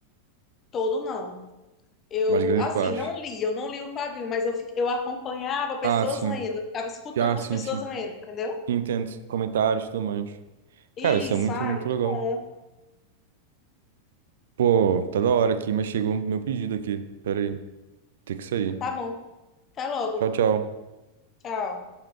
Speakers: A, on the left (about 30°); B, on the right (about 60°).
A: Todo não. Eu,
B: Mais grande
A: assim,
B: parte.
A: não li, eu não li o quadrinho, mas eu, fi- eu acompanhava pessoas
B: Ah, sim.
A: lendo, eu ficava escutando
B: Ah, sim,
A: as pessoas
B: sim.
A: lendo, entendeu?
B: Entendo. Comentários e tudo mais. Cara,
A: Isso,
B: isso é muito,
A: ah,
B: muito
A: muito
B: legal.
A: bom.
B: Pô, tá da hora aqui, mas chegou meu pedido aqui. Pera aí. Tem que sair.
A: Tá bom. Até logo.
B: Tchau, tchau.
A: Tchau.